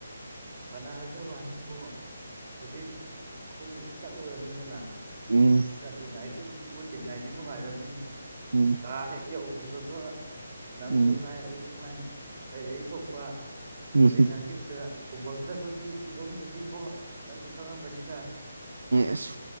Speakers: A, on the right; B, on the right.
A: ꯐꯅ ꯍꯥꯏꯖꯋꯥꯅꯤꯕꯨ ꯍꯧꯖꯤꯛ ꯑꯩꯈꯣꯏ ꯆꯠꯂꯨꯔꯅꯤꯗꯅ
B: ꯎꯝ
A: ꯆꯠꯂꯤꯉꯥꯏ ꯄꯨꯜꯂꯤꯉꯥꯏꯗꯤ ꯅꯨꯡꯉꯥꯏꯔꯝꯅꯤ
B: ꯎꯝ
A: ꯀꯥ ꯍꯦꯛ ꯌꯧꯈꯤꯕꯗꯣ ꯅꯪꯁꯨꯉꯥꯏ
B: ꯎꯝ
A: ꯑꯩꯁꯨ ꯉꯥꯏ ꯑꯩ ꯑꯩ ꯊꯣꯛꯄ
B: ꯎꯝ
A: ꯂꯩꯅꯈꯤꯕꯗ ꯈꯨꯝꯕꯪꯅꯕꯒꯤ ꯐꯤꯕꯝꯗꯨꯗꯤꯕꯣ ꯅꯪꯁꯨ ꯈꯪꯉꯝꯒꯅꯤꯗ
B: ꯑꯁ